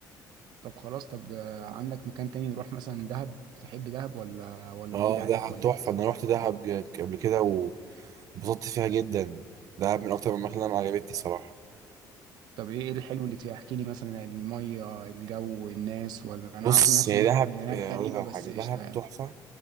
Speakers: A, on the right (about 70°); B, on the right (about 50°).
A: طب خلاص طب آه، عندك مكان تاني نروح مثلا دهب تحب دهب ولا ولا
B: اه
A: بعيد عليك
B: دهب
A: ولا
B: تحفة
A: ايه
B: أنا روحت دهب ج- قبل كده وانبسطت فيها جدا دهب من أكتر الأماكن اللي أنا عجبتني صراحة
A: طب ايه إيه الحلو اللي فيها احكي لي مثلا المية الجو الناس ولا
B: بص
A: انا عارف الناس
B: هي
A: هناك
B: دهب
A: هناك
B: هي
A: غريبة
B: أقول لك على
A: بس
B: حاجة
A: قشطة
B: دهب
A: يعني
B: تحفة